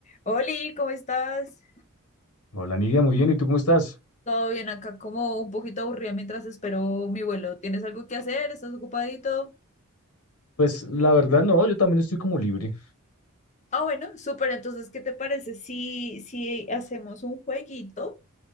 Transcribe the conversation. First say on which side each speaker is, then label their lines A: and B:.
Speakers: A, on the left; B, on the left.
A: Oli, ¿cómo estás?
B: Hola Nidia, muy bien. ¿Y tú cómo estás?
A: Todo bien acá, como un poquito aburrida mientras espero mi vuelo. ¿Tienes algo que hacer? ¿Estás ocupadito?
B: Pues la verdad no, yo también estoy como libre.
A: Ah, bueno, súper. Entonces, ¿qué te parece si, si hacemos un jueguito